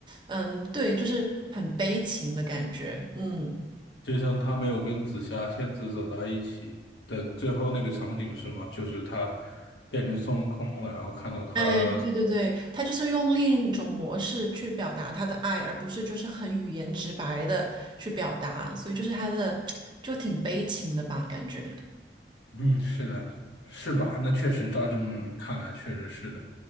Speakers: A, on the right; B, on the left.
A: 嗯对，就是很悲情的感觉。嗯，
B: 就像他没有跟紫霞仙子走到一起，等最后那个场景是吗？就是他变成孙悟空了，然后看到他
A: 哎，对对对，他就是用另一种模式去表达他的爱，而不是就是很语言直白的去表达，所以就是他的 <tsk> 就挺悲情的吧，感觉。
B: 嗯，是的，是吧？那确实，照这么看来，确实是的。